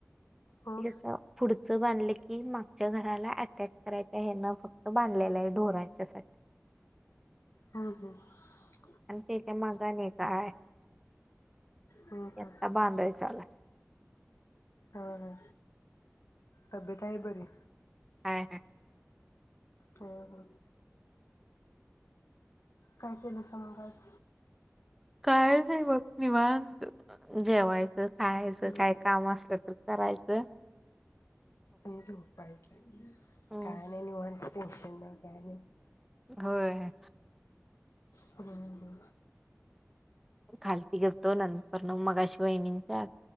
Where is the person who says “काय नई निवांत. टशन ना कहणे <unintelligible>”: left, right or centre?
Left